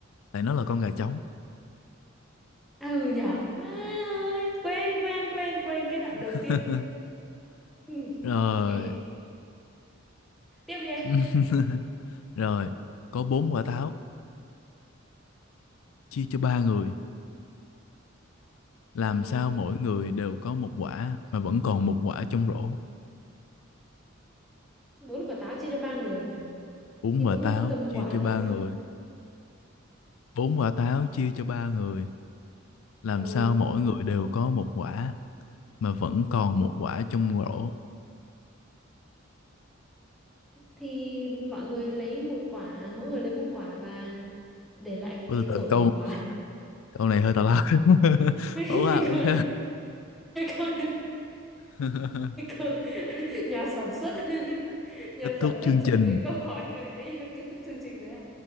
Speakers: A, on the left; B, in the centre.
A: tại nó là con gà trống
B: À, ừ nhở má ơi quên quên quên quên cái đoạn
A: <laughs>
B: đầu tiên ừ.
A: rồi
B: ê tiếp đi em
A: <laughs> rồi có bốn quả táo chia cho ba người Làm
B: ừ.
A: sao mỗi người đều có một quả mà vẫn còn một quả trong rổ?
B: bún quả táo chia cho ba người
A: Bốn
B: thì mỗi
A: quả
B: người
A: táo
B: cứ cầm một
A: chia
B: quả
A: cho
B: thôi
A: ba người. Bốn quả táo chia cho ba người. Làm
B: ừ
A: sao mỗi người đều có một quả mà vẫn còn một quả trong rổ?
B: thì mọi người lấy một quả mỗi người lấy một quả và để lại
A: Ôi,
B: cái
A: Từ
B: rổ
A: từ câu
B: một quả
A: câu này hơi tào lao. <laughs>
B: <laughs>
A: Ủa à, ok.
B: câu câu
A: <laughs>
B: câu <laughs> nhà sản xuất <laughs> nhà
A: Kết
B: sản
A: thúc chương
B: xuất chuẩn
A: trình.
B: bị câu hỏi ấy kết thúc chương trình đấy